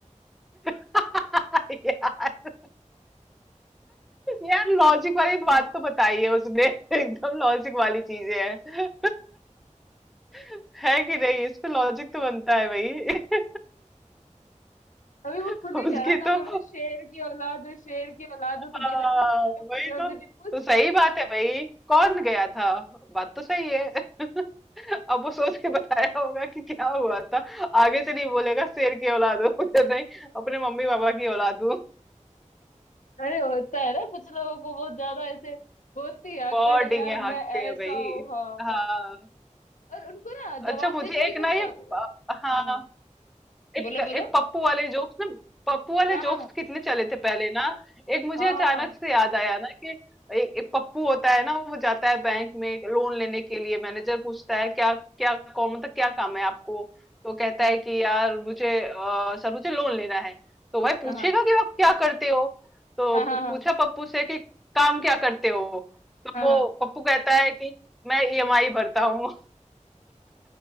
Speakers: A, in the centre; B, on the left (about 80°).
A: <laughs> यार यार लॉजिक वाली बात तो बताई है उसने <laughs> एकदम लॉजिक वाली चीजें हैं <laughs> है कि नहीं इस पे लॉजिक तो बनता है भाई
B: <laughs> अभी वो
A: <laughs>
B: खुद
A: उसकी
B: ही कह रहा था अभी
A: तो
B: मैं शेर की औलाद हूँ शेर की औलाद
A: हाँ
B: हूँ तो भाई लड़की ने out of
A: वही
B: curiosity
A: तो
B: पूछ
A: तो सही बात है भाई कौन गया था बात तो सही है अब वो सोच के बताया होगा कि क्या हुआ था आगे से नहीं बोलेगा शेर की औलाद हूँ <laughs> नहीं अपने मम्मी पापा की औलाद हूँ
B: अरे होता है ना कुछ लोगों को बहुत ज्यादा ऐसे होती है
A: बहुत
B: अकड़
A: डींगे
B: यार
A: हाँकते
B: मैं ऐसा
A: हैं भाई
B: हूँ हाँ
A: हाँ
B: हाँ और उनको ना जवाब
A: अच्छा मुझे
B: देने की
A: एक ना
B: कुछ
A: ये
B: जव...
A: हाँ
B: हाँ हाँ
A: एक
B: बोलो
A: एक
B: बोलो
A: पप्पू वाले जोक्स ना पप्पू वाले
B: हाँ
A: जोक्स
B: हाँ
A: कितने चले थे पहले ना एक मुझे
B: हाँ
A: अचानक
B: हाँ
A: से याद आया ना कि एक, एक पप्पू होता है ना वो जाता है बैंक में लोन लेने के लिए मैनेजर पूछता है क्या क्या कौन मतलब क्या काम है आपको तो कहता
B: हाँ
A: है कि यार मुझे अ, सर मुझे लोन लेना है तो भाई पूछेगा
B: हाँ
A: कि आप क्या करते हो तो
B: हाँ
A: पू-
B: हाँ हाँ हाँ
A: पूछा
B: हाँ
A: पप्पू से कि काम क्या करते हो तो
B: हाँ
A: वो
B: हाँ,
A: पप्पू कहता है कि मैं ईएमआई भरता हूँ